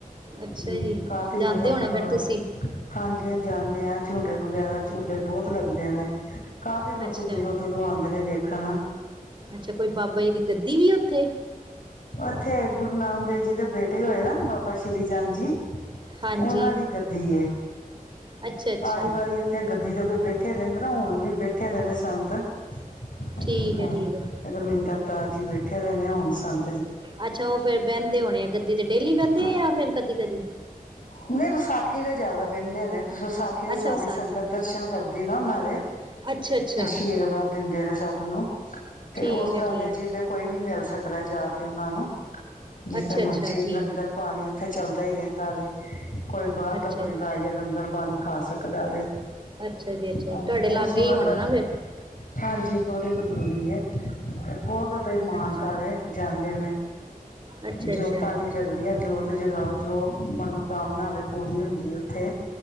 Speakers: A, on the right; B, on the left.
A: ਅੱਛਾ
B: ਹਮ
A: ਜੀ
B: ਕਾਫੀ
A: ਜਾਂਦੇ
B: ਦੂਰੋਂ
A: ਹੋਣੇ
B: ਦੂਰੋਂ
A: ਫਿਰ ਤੁਸੀਂ
B: ਹਾਂਜੀਸੀ ਜਾਂਦੇ ਹਾਂ ਝੂਡੇ ਵਗੈਰਾ ਝੂਲੇ ਬਹੁਤ ਲੱਗਦੇ ਨੇ ਕਾਫ਼ੀ ਲੋਕੀ
A: ਅੱਛਾ
B: ਦੂਰੋਂ ਦੂਰੋਂ ਆਉਂਦੇ ਨੇ ਦੇੇਖਣ
A: ਅੱਛਾ ਕੋਈ ਬਾਬਾ ਜੀ ਦੀ ਗੱਦੀ ਵੀ ਉੱਥੇ
B: ਉੱਥੇ ਗੁਰੂ ਨਾਨਕ ਦੇਵ ਜੀ ਦੇ ਬੇਟੇ ਹੋਏ ਨਾ ਬਾਬਾ ਸ਼੍ਰੀ ਚੰਦ ਜੀ
A: ਹਾਂਜੀ
B: ਉਹਨਾਂ ਦੀ ਗੱਦੀ
A: ਅੱਛਾ ਅੱਛਾ
B: ਆਈ ਵਾਰੀ ਇੱਥੇ ਗੱਦੀ ਦਾ ਕੋਈ ਬੈਖੇ ਦਿੰਦੇ ਨਾ ਹੁਣ ਵੀ ਬੈਖੇ ਦੇ ਨੇ ਸੰਤ ਹਹ
A: ਠੀਕ ਹੈ ਠੀਕ ਹੈ
B: ਰਮਿੰਦਰ ਦਾਸ ਜੀ ਬੈਠੇ ਰ ਨੇ ਹੁਣ ਸਾਨੂੰ
A: ਅੱਛਾ ਉਹ ਫੇਿਰ ਬਹਿੰਦੇ ਹੋਣੇ ਆ ਗੱਦੀ ਤੇ ਡੇਲੀ ਬਹਿੰਦੇ
B: ਹਾਂ
A: ਆ ਜਾਂ ਫਿਰ ਕਦੀ ਕਦੀ
B: ਨਹੀਂ ਵਿਸਾਖੀ ਤੇ ਜ਼ਿਆਦਾ ਬਹਿੰਦੇ ਨੇ ਵਿਸਾਖੀ ਦੇ
A: ਅੱਛਾ
B: ਸਾਰੀ
A: ਵਿਸਾਖੀ
B: ਸੰਗਤ ਦਰਸ਼ਨ ਕਰਦੀ ਨਾ ਉਹਨਾਂ ਦੇ
A: ਅੱਛਾ ਅੱਛਾ
B: ਆਸ਼ੀਰਵਾਦ ਦਿੰਦੇ ਨੇ ਸਭ ਨੂੰ ਤੇ
A: ਠੀਕ
B: ਉਸ ਤਰ੍ਹਾਂ
A: ਹੈ ਠੀਕ
B: ਤੇ ਜਿਹਲੇ
A: ਹੈ
B: ਕੋਈ ਵੀ ਮਿਲ ਸਕਦਾ ਜਾ ਕੇ ਉਹਨਾਂ ਨੂੰ ਜਿੱਥੇ
A: ਅੱਛਾ
B: ਮਰਜੀੀ
A: ਅੱਛਾ ਠੀਕ
B: ਲੰਗਰ ਪਾਣੀ ਉੱਥੇ ਚੱਲਦਾ ਹੀ ਰਹਿੰਦਾ ਵ ਕੋਈ ਬਾਹਰ
A: ਅੱਛਾ
B: ਦਾ ਬੰਦਾ
A: ਜੀ
B: ਆ ਜਾੇ ਲੰਗਰ ਪਾਣੀ ਖਾ ਸਕਦਾਵੇ
A: ਅੱਛਾ ਜੀ ਅੱਛਾ
B: ਹਾਂਜੀ
A: ਜੀ ਤੁਹਾਡੇ
B: ਬਹੁਤ
A: ਲਾਗੇ
B: ਸੋਹਣਾ
A: ਹੀ ਹੋਣਾ
B: ਭਰ
A: ਨਾ ਫਿਰ
B: ਹਾਂਜੀ ਥੋੜੀ ਕੁ ਜੂੜਰੀ ਹੈ ਬਹੁਤ ਬਈ ਮਾਨਤਾ
A: ਅੱਛਾ
B: ਦੇ ਜਾਂਦੇ ਨੇ
A: ਅੱਛਾ
B: ਜੋਤਾਂ
A: ਅੱਛਾ
B: ਵੀ ਜਗਦੀਆਂ ਜੋਤ ਜਗਾਓ ਜੋ ਮਨੋਕਾਮਨਾ ਵਖ ਪੂਰੀ ਹੁੰਦੀ ਉੱਥੇ